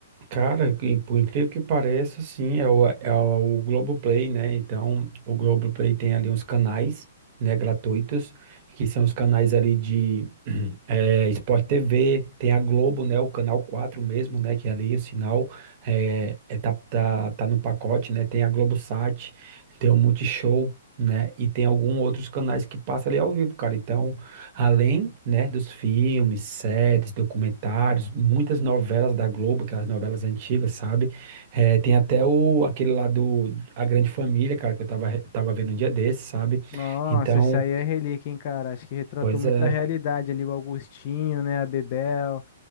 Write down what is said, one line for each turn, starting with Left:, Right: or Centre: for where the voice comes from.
Right: Cara, e por incrível que pareça, sim, é o, é o Globoplay, né? Então, o Globoplay tem ali uns canais, né, gratuitos, que são os canais ali de <clears throat> eh, Sport TV, tem a Globo, né, o canal 4 mesmo, né, que é ali o sinal é, é tá, tá, tá no pacote, né? Tem a Globosat, tem o Multishow, né? E tem alguns outros canais que passa ali ao vivo, cara. Então, Além, né, dos filmes, séries, documentários, muitas novelas da Globo, aquelas novelas antigas, sabe? Eh, tem até o, aquele lá do A Grande Família, cara, que eu tava, re- tava vendo um dia desses, sabe?
Left: Nossa,
Right: Então,
Left: essa aí é relíquia, hein, cara? Acho que retratou
Right: pois
Left: muito
Right: é.
Left: a realidade
Right: <laughs>
Left: ali, o Augustinho, né, a Bebel.